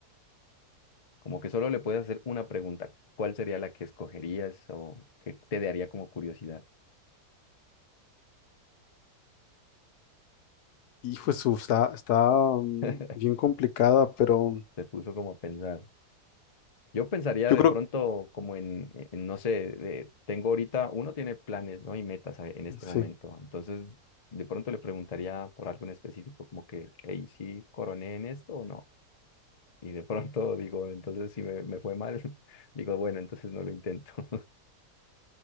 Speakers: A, on the left (about 35°); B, on the left (about 80°).
A: Como que solo le puedes hacer una pregunta. ¿Cuál sería la que escogerías o qué te daría como curiosidad?
B: Hijo de su, está, está mm,
A: <laughs>
B: bien complicada, pero
A: Te puso como a pensar. Yo pensaría
B: yo
A: de
B: creo
A: pronto como en, en, no sé, de- tengo ahorita, uno tiene planes, ¿no? Y metas a- en este
B: que sí,
A: momento. Entonces, de pronto le preguntaría por algo en específico, como que, hey, ¿sí coroné en esto o no? Y de <laughs> pronto digo, entonces si me, me fue mal, <laughs> digo, bueno, entonces no lo intento. <laughs>